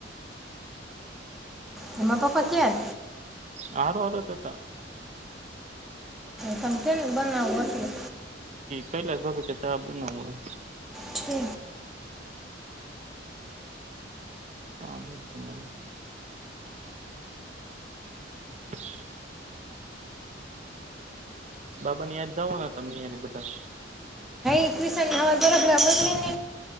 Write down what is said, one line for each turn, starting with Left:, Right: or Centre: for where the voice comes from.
Centre: હિમા પપા કેયા.
Right: હારો હતો.
Centre: તમપને બનાવ છું.
Right: પેલા કે ચા બનાવ.
Centre: છે
Right: અ હા બિલકુલ ન. <inaudible> બાબા ને યાદ જવઓ તમે યાર બધા.
Centre: એકવીસ હવાફબ ન.